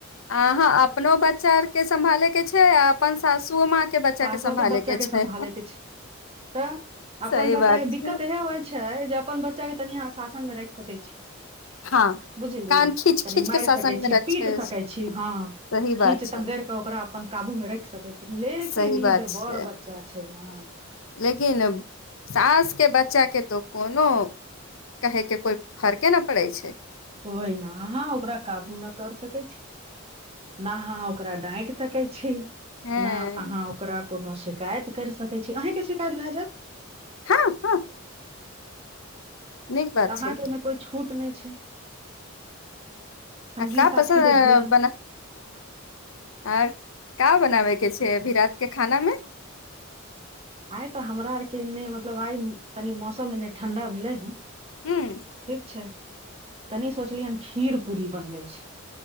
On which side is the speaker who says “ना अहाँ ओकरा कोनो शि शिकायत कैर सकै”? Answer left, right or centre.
Right